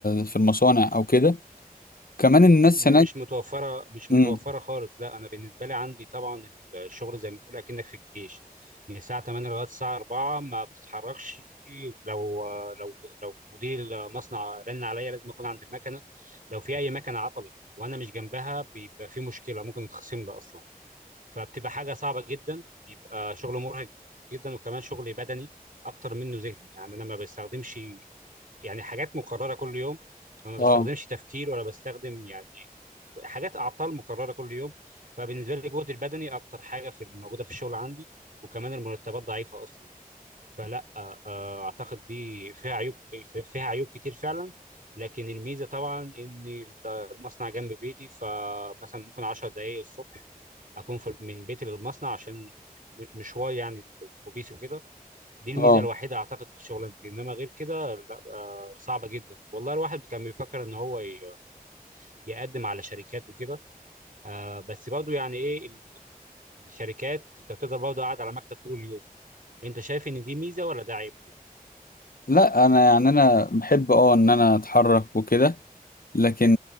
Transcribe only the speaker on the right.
لا
مش متوفره مش
متوفره خالص لا انا بالنسبه لي عندي طبعا الشغل زي ما تقول اكنك في الجيش من الساعه 8 لغايه الساعه 4 ما بتتحركش لو لو لو مدير مصنع رن عليا لازم اكون عند المكنه لو في اي مكنه عطلت وانا مش جنبها بيبقى في مشكله ممكن نتخصم لي اصلا فبتبقى حاجه صعبه جدا بيبقى شغل مرهق جدا وكمان شغل بدني اكتر منه ذهني يعني انا ما بستخدمش يعني حاجات مكررة كل يوم فما بستخدمش
تفكير ولا بستخدم يعني حاجات أعطال مكررة كل يوم فبالنسبة لي الجهد البدني أكتر حاجة في موجودة في الشغل عندي وكمان المرتبات ضعيفة أصلا فلا آه، آه، أعتقد دي فيها عيوب في- فيها عيوب كتير فعلا لكن الميزة طبعا إن المصنع جنب بيتي فمثلا ممكن 10 دقايق الصبح أكون في من بيتي للمصنع عشان م- مشوار يعني الأتوبيس وكده دي الميزه
الوحيده اعتقد في شغلانتي انما غير كده لا آه صعبه جدا والله الواحد كان بيفكر ان هو ي- يقدم على شركات وكده آه بس برضه يعني ايه ال- الشركات انت بتقدر برضه قاعد على مكتب طول اليوم انت شايف ان دي ميزه ولا ده عيب